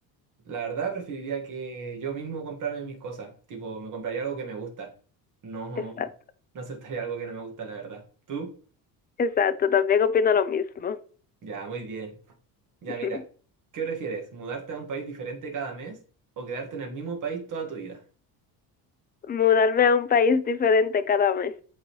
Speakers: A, on the right; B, on the left.
A: La verdad, preferiría que yo mismo comprarme mis cosas, tipo, me compraría algo que me gusta. No,
B: Exacto,
A: no aceptaría algo que no me gusta, la verdad. ¿Tú?
B: exacto, también opino lo mismo.
A: Ya, muy bien. Ya,
B: <laughs>
A: mira, ¿qué prefieres? ¿Mudarte a un país diferente cada mes o quedarte en el mismo país toda tu vida?
B: Mudarme a un país diferente cada mes.